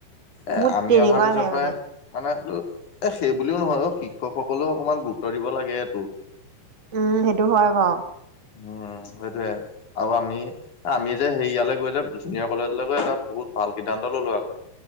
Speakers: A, on the left; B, on the right.
A: এ
B: মোৰ
A: আমি
B: তেনেকুৱা
A: অহাৰ পিছৰ
B: লাগে
A: পৰাই
B: মানে
A: মানে এটো সেইবুলিও নহয় অ শিক্ষকসকলেও অকণমান গুৰুত্ব দিব লাগে এইটো
B: উম সেইটো হয় বাৰু
A: উম সেইটোৱে আৰু আমি আমি যে সেয়ালৈ গৈ যে জুনিয়ৰ কলেজলৈ গৈ এটা বহুত ভাল সিদ্ধান্ত ললো আক